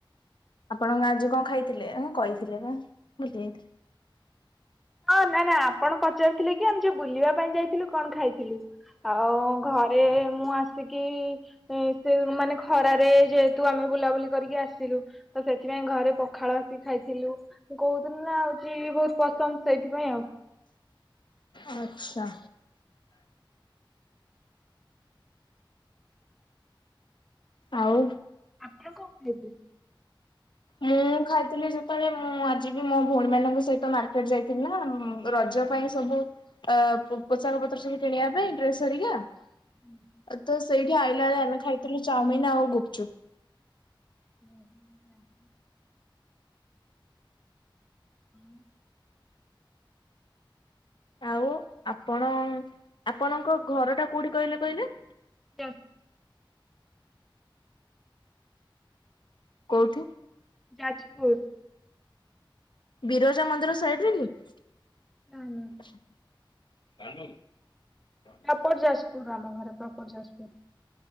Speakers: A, on the left; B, in the centre.
A: ଆପଣଙ୍କ ଆଜି କଣ ଖାଇଥିଲେ ହଁ କହିଥିଲେ ବା ଭୁଲି ଯାଇଥିଲି।
B: ଆଁ ନା ନା ଆପଣ ପା ପଚାରିଥିଲେ କି ଆମେ ଯୋଉ ବୁଲିବା ପାଇଁ ଯାଇଥିଲୁ କଣ ଖାଇଥିଲୁ ଆଉ ଘରେ ମୁଁ ଆ ଆସିକି ସେ ମାନେ ଖରାରେ ଯେହେତୁ ଆମେ ବୁଲାବୁଲି କରିକି ଆସିଲୁ। ତ ସେଥିପାଇଁ ଘରେ ପଖାଳ ଆସିକି ଖାଇଥିଲୁ ମୁଁ କହୁଥିଲି ନା ଆଉଠି ବହୁତ ପସନ୍ଦ ସେଇଥିପାଇଁ ଆଉ।
A: ଆଚ୍ଛା। ଆଉ
B: ଆପଣ କଣ ଖାଇଥିଲେ?
A: ମୁଁ ଖାଇଥିଲି ସେତେବେଳେ ମୁଁ ଆଜି ବି ମୋ ଭଉଣୀ ମାନଙ୍କ ସହିତ ମାର୍କେଟ ଯାଇଥିଲି ନା ରଜ ପାଇଁ ସବୁ ଅ ପୋଷାକ ପତ୍ର ସବୁ କିଣିବା ପାଇଁ ଡ୍ରେସ ହେରିକା
B: ହୁଁ ହୁଁ
A: ତ ସେଇଠି ଆଇଲାବେଳେ ଆମେ ଖାଇଥିଲୁ ଚାଉମିନ ଆଉ ଗୁପଚୁପ।
B: ହୁଁ ହୁଁ ହୁଁ ହୁଁ ହୁଁ
A: ଆଉ ଆପଣ ଆପଣଙ୍କ ଘର ଟା କୋଉଠି କହିଲେ?
B: ଚ
A: କୋଉଠି?
B: ଯାଜପୁର।
A: ବିରଜା ମନ୍ଦିର ସାଇଡି଼ ରେ କି?
B: ନା ନା
A: କାଢ଼ନ୍ତୁ।
B: ପ୍ରପର ଯାଜପୁର ଆମ ଘର ପ୍ରପର ଯାଜପୁର।